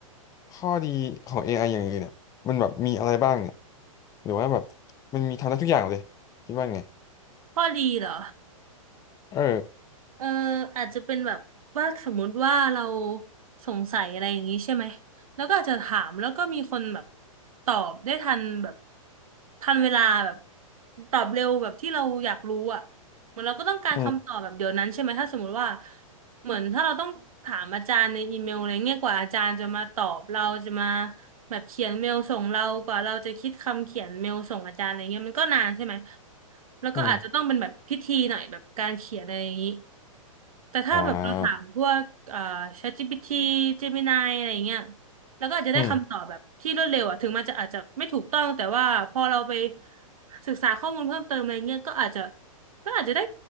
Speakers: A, on the left; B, on the right.
A: ข้อดีของ AI อไออย่างอื่นเนี่ยมันแบบมีอะไรบ้างเนี่ยหรือว่าแบบมันมีทำได้ทุกอย่างเลยคิดว่าไง
B: ข้อดีเหรอ
A: เออ
B: เอออาจจะเป็นแบบว่าสมมุติว่าเราสงสัยอะไรอย่างนี้ใช่ไหมแล้วก็อาจจะถามแล้วก็มีคนแบบตอบได้ทันแบบทันเวลาแบบตอบเร็วแบบที่เราอยากรู้อ่ะเหมือนเราก็ต้องการคำตอบแบบเดี๋ยวนั้นใช่ไหมถ้าสมมุติว่า
A: อืม
B: เหมือนถ้าเราต้องถามอาจารย์ในอีเมลอะไรเงี้ยกว่าอาจารย์จะมาตอบเราจะมาแบบเขียนเมลส่งเรากว่าเราจะคิดคำเขียนเมลส่งอาจารย์อะไรเงี้ยมันก็นานใช่ไหมแล้วก็อาจจะต้องเป็นแบบพิธีหน่อยแบบการเขียนอะไรอย่างนี้
A: อืม
B: แต่ถ้าแบบเราถามพวกเอ่อ
A: อ่า
B: ChatGPT Gemini อะไรอย่างเงี้ยแล้วก็อาจจะได้คำตอบแบบที่รวดเร็วอ่ะถึงมันจะอาจจะไม่ถูกต้องแต่ว่าพอเราไป
A: อืม
B: ศึกษาข้อมูลเพิ่มเติมอะไรเงี้ยก็อาจจะก็อาจจะได้